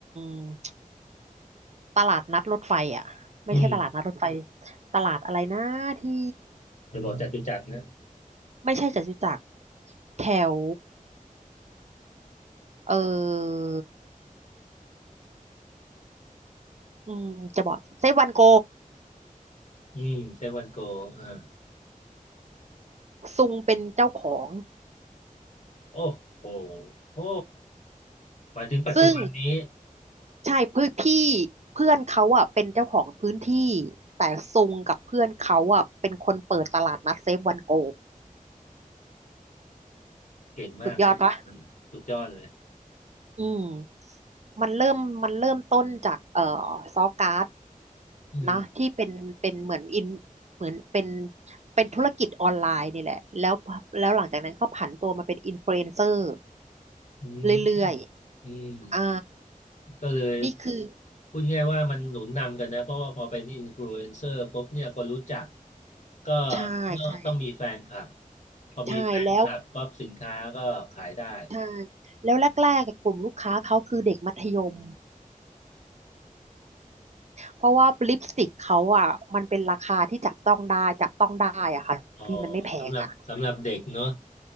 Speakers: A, on the right; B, on the left.
A: ม ตลาดนัดรถไฟอ่ะไม่ใช่ตลาดนัดรถไฟ
B: อืม
A: ตลาดอะไรนะที่
B: อจะบอกัจตุจักรนะ
A: ไม่ใช่จตุจักรแถวเอออืมจะบอกเซฟวันโก
B: อืมเซเว่นโกอ่า
A: ซุงเป็นเจ้าของ
B: โอ้โหโอ้หมายถึงปัจจุบันนี้
A: ซึ่งใช่เพื่อนพี่เพื่อนเขาอ่ะเป็นเจ้าของพื้นที่แต่ซุงกับเพื่อนเขาอ่ะเป็นคนเปิดตลาดนัดเซฟวันโก
B: เก่งมากเลย
A: สุดยอดปะ
B: สุดยอดเลย
A: อืม มันเริ่มมันเริ่มต้นจากเอ่อซอการ์ด
B: อืม
A: นะที่เป็นเป็นเหมือนอินเหมือนเป็นเป็นธุรกิจออนไลน์นี่แหละแล้วแล้วหลังจากนั้นก็ผันตัวมาเป็นอินฟลูเอนเซอร์
B: อืม
A: เรื่อย
B: อืม
A: ๆอ่า
B: ก็เลย
A: นี่คือ
B: พูดง่ายๆว่ามันหนุนนำกันนะเพราะว่าพอเป็นอินฟลูเอนเซอร์ปุ๊บเนี่ยคนรู้จักก็
A: ใช่ใช่
B: ต้องมีแฟนคลับพอมีแฟนคลับปั๊บสินค้าก็ขายได้
A: ใช่แล้วใช่แล้วแรกๆกบกลุ่มลูกค้าเขาคือเด็กมัธยมเพราะว่าลิปสติกเขาอ่ะมันเป็นราคาที่จับต้องได้จับต้องได้อ่ะค่ะพี่มันไม่แพงอ่ะ
B: อ๋อสำหรับสำหรับเด็กเนอะ